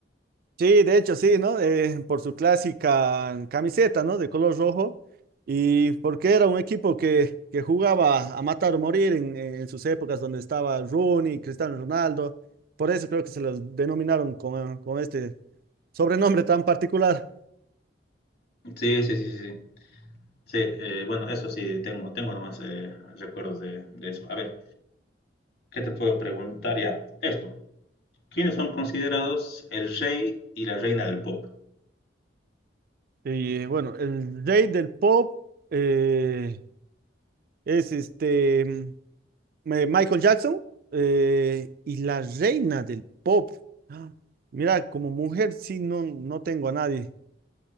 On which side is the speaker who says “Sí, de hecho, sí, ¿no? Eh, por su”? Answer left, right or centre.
Right